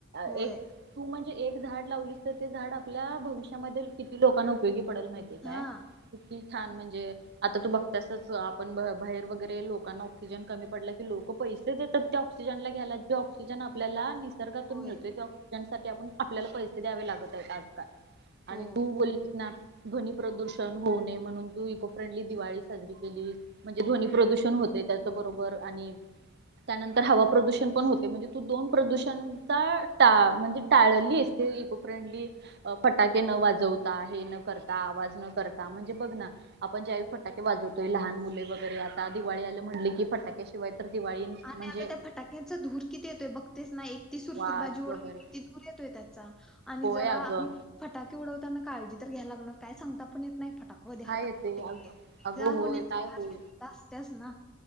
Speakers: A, in the centre; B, on the right.
A: होय
B: एक तू म्हणजे एक झाड लावलीस तर ते झाड आपल्या, भविष्यामध्ये किती लोकांना उपयोगी पडेल माहित ते काय,
A: हा
B: किती छान म्हणजे आता तू बघत्यासच अ, आपण बाहेर वगरे लोकांना ऑक्सिजन कमी पडला की लोकं पैसे देतात. त्या ऑक्सिजनला घ्यायला, जो ऑक्सिजन आपल्याला निस्स निसर्गातून
A: होय.
B: मिळतोय तो ऑक्सीजन साठी आपण आपल्याला पैसे द्यावे लागत आहेत आजकाल. आणि
A: हो,
B: तू बोललीस ना, ध्वनी प्रदूषण होऊ नये म्हणून तू इको फ्रेंडली दिवाळी साजरी केलीस, म्हणजे ध्वनी प्रदूषण
A: हो,
B: होतंय त्याच बरोबर आणि त्यानंतर हवा प्रदूषण पण होतंय, म्हणजे तू दोन प्रदूषण चा टा म्हणजे टाळलीस, ते इको फ्रेंडली फटाके न वाजवता हे न करता,
A: हो.
B: आवाज न करता, म्हणजे बघ ना आपण ज्यावेळी फटाके वाजवतोय लहान मुले वगैरे आता, दिवाळी आली म्हणले की फटाके त्या शिवाय तर दिवाळी म्हणजे
A: आणि अगं त्या फटाक्यांचा धूर किती येतोय बघतेस ना, एक ती सुरसुर
B: वास
A: बाजी वूडू
B: वगैरे
A: किती धूर येतोय त्यांचा, आनि
B: होय
A: जरा
B: अगं
A: आनि फटाके उडवताना काळजी तर घ्याय लागणार काय सांगता पण येत नाही फटाक व ध्ये
B: काय
A: हाता
B: येते
A: <unintelligible>
B: अगं
A: इजा
B: अगं
A: होण्याची
B: होय काय
A: फाशक्ता
B: होईल
A: असत्याच ना.